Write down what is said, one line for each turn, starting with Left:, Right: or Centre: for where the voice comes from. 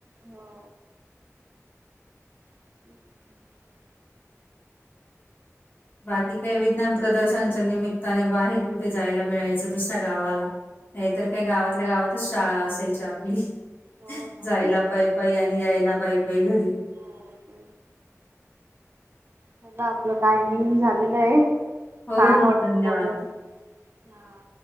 Right: हो, <inaudible>
Left: <inaudible> बाकी काय विज्ञान प्रदर्शनच्या निमित्ताने, बाहेर कुठे जायला मिळायचं दुसऱ्या गावाला. हे तर
Right: हा
Left: काय, गावातल्या गावातच शाळा असायची आपली.
Right: हो ना
Left: जायला
Right: तेच
Left: पाय पाई आणि यायला पाय पाई घरी.
Right: हो, ते चला आपलं टायमिंग झालेलं य.
Left: हो
Right: छान
Left: हो
Right: वाटतं
Left: धन्यवाद.
Right: बोलून. हा.